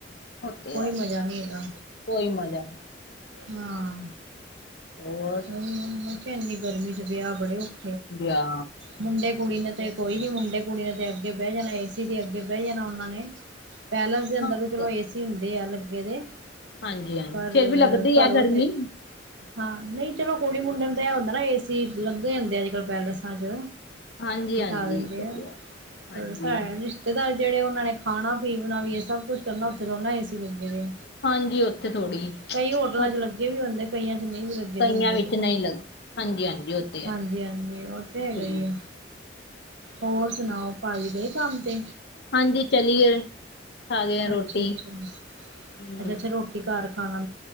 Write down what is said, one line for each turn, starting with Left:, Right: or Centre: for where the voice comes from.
Left: ਉਹ ਤੇ
Right: ਕੋਈ
Left: ਹੈ
Right: ਮਜ਼ਾ ਨਹੀਂ ਹੈਗਾ
Left: ਕੋਈ ਮਜ਼ਾ
Right: ਹਾਂ
Left: ਹੋਰ
Right: ਨਹੀਂ ਨਾ ਮੈਂ ਕਿਹਾ ਇਨੀ ਗਰਮੀ ਚ ਵਿਆਹ ਬੜੇ ਔਖ
Left: ਆ
Right: ਮੁੰਡੇ ਕੁੜੀ ਨੇ ਤੇ ਕੋਈ ਨੀ ਮੁੰਡੇ ਕੁੜੀ ਨੇ ਤੇ ਅੱਗੇ ਬਹਿ ਜਾਣਾ ਏਸੀ ਤੇ ਅੱਗੇ ਬਹਿ ਜਾਣਾ ਉਹਨਾਂ ਨੇ ਪੈਲਸ ਦੇ ਅੰਦਰ
Left: ਹਾਂ ਉਹ
Right: ਤੇ ਚਲੋ
Left: ਹੈ
Right: ਏਸੀ ਹੁੰਦੇ ਆ ਲੱਗੇ ਦੇ
Left: ਹਾਂਜੀ ਹਾਂਜੀ
Right: ਪਰ
Left: ਫੇਰ ਵੀ ਲੱਗਦੀ
Right: ਘਰੋਂ
Left: ਹੈ ਗਰਮੀ
Right: ਤੇ ਹਾਂ ਨਹੀਂ ਚਲੋ ਕੁੜੀ ਮੁੰਡੇ ਨੂੰ ਤਾ ਇਹ ਹੁੰਦਾ ਨਾ ਏਸੀ ਲੱਗੇ ਹੁੰਦੇ ਆ ਅੱਜ ਕੱਲ ਪੈਲੇਸਾਂ ਚ
Left: ਹਾਂਜੀ
Right: ਬਿਠਾ
Left: ਹਾਂਜੀ
Right: ਦਿੰਦੇ
Left: ਉਹ
Right: ਆ
Left: ਤੇ ਹੈ ਹਾਂਜੀ
Right: ਪਰ ਸ ਰਿਸ਼ਤੇਦਾਰੀ ਜਿਹੜੇ ਉਹਨਾ ਨੇ ਖਾਣਾ ਪੀਣਾ ਵੀਏ ਸਭ ਕੁੱਛ ਕਰਨਾ ਉੱਥੇ ਥੋੜੀ ਨਾ ਏਸੀ ਲੱਗੇ ਹੋਏ ਆ
Left: ਹਾਂਜੀ ਉੱਥੇ ਥੋੜ੍ਹੀ
Right: ਕਈ ਹੋਟਲਾਂ
Left: ਉਹ
Right: ਚ ਲੱਗੇ ਵੀ ਹੁੰਦੇ ਕਈਆਂ ਚ ਨਹੀਂ ਵੀ ਲੱਗੇ
Left: ਕਈਆਂ
Right: ਦੇ ਹੁੰਦੇ
Left: ਵਿੱਚ ਨਹੀਂ ਲੱਗ ਹਾਂਜੀ ਹਾਂਜੀ ਉਹ ਤੇ ਹੈ
Right: ਹਾਂਜੀ ਹਾਂਜੀ ਉਹ ਤੇ ਹੈਗਾ
Left: ਹੂੰ
Right: ਹੀ ਐ ਹੋਰ ਸੁਣਾਓ ਭਾਜੀ ਗਏ ਕੰਮ ਤੇ
Left: ਹਾਂਜੀ ਚਲੀਏ ਖਾ ਲਈਏ ਰੋਟੀ
Right: ਅੱਛਾ ਅੱਛਾ ਅੱਛਾ
Left: ਹੂੰ
Right: ਅੱਛਾ ਰੋਟੀ ਘਰ ਖਾਣਾ